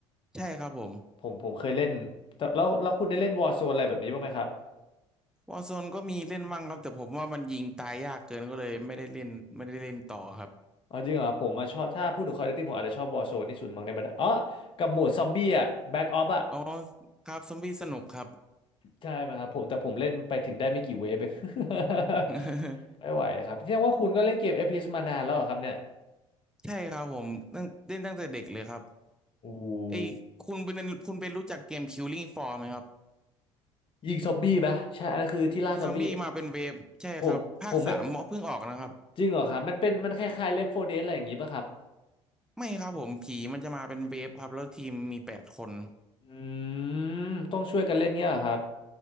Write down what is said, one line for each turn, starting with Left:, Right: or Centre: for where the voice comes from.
Centre: ใช่ครับผม
Left: ผมผมเคยเล่นแต่แล้วแล้วคุณได้เล่นวอ r z โซนอะไรแบบนี้บ้างไหมครับ
Centre: วอ r z โซนก็มีเล่นมั่งครับแต่ผมว่ามันยิงตายยากเกินก็เลยไม่ได้เล่นไม่ได้เล่นต่อครับ
Left: ออจริงเหรอผมมาชอบถ้าพูดถึง Call of Duty ผมอาจจะชอบวอ r z โซนที่สุดมั้งในบรรดาอ๋อกับหมวดซอมบี้อะแบ็กออฟอะ
Centre: อ๋อครับซอมบี้สนุกครับ
Left: ใช่ไหมครับผมแต่ผมเล่นไปถึงได้ไม่กี่เวฟเอง <laughs>
Centre: <laughs>
Left: ไม่ไหวครับแสดงว่าคุณก็เล่นเกม FPS มานานแล้วเหรอครับเนี่ย
Centre: ใช่ครับผมตั้งเล่นตั้งแต่เด็กเลยครับ
Left: โอ้
Centre: ไอ้ยคุณเป็นคุณเป็นรู้จักเกม Killing Floor ไหมครับ
Left: ยิงซอมบี้ปะใช่อันนั้นคือที่ล่าซอมบี้
Centre: ยิงซอมบี้มาเป็นเวฟใช่ครับภาคสามเพิ่งออกนะครับ
Left: ผมผมไม่จริงเหรอครับมันเป็นมันคล้ายๆ Left 4 Dead อะไรอย่างงี้ปะครับ
Centre: ไม่ครับผมผีมันจะมาเป็นเวฟครับแล้วทีมมีแปดคน
Left: อืมต้องช่วยกันเล่นเงี้ยเหรอครับ